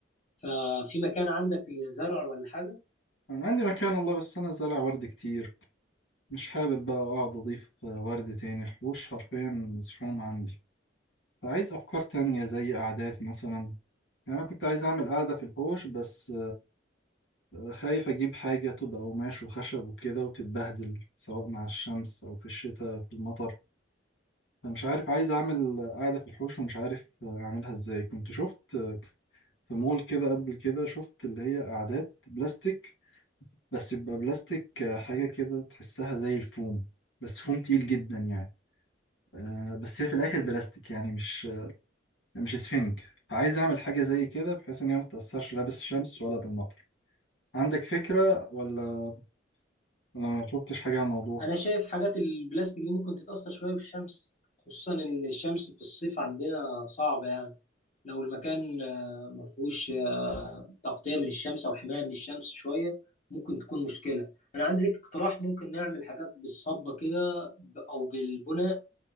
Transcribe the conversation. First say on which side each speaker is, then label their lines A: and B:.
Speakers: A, on the left; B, on the left.
A: ففي مكان عندك لزرع ولا حاجة
B: أنا عندي مكان والله بس أنا زارع ورد كتير مش حابب بقى أقعد أضيف آه، ورد تاني الحوش حرفيا مزحوم عندي فعايز أفكار تانية زي قعدات مثلا يعني أنا كنت عايز أعمل قعدة في الحوش بس آه، خايف أجيب حاجة تبقى قماش وخشب وكده وتتبهدل سواء مع الشمس أو في الشتاء في المطر فمش عارف عايز أعمل قعدة في الحوش ومش عارف آه، أعملها إزاي كنت شفت آه، في مول كده قبل كده شفت اللي هي قعدات بلاستيك بس يبقى بلاستيك آه، حاجة كده تحسها زي الفوم بس فوم تقيل جدا يعني آه، بس هي في الآخر بلاستيك يعني مش آه، مش اسفنج فعايز أعمل حاجة زي كده بحيث إن هي ما تتأثرش لا بالشمس ولا بالمطر عندك فكرة ولا ولا ما شفتش حاجة عن الموضوع
A: أنا شايف حاجات البلاستيك دي ممكن تتأثر شوية بالشمس خصوصا إن الشمس في الصيف عندنا صعبة يعني لو المكان آه، ما فيهوش آه، تغطية من الشمس أو حماية من الشمس شوية ممكن تكون مشكلة أنا عندي ليك اقتراح ممكن نعمل حاجات بالصبة كده ب- أو بالبناء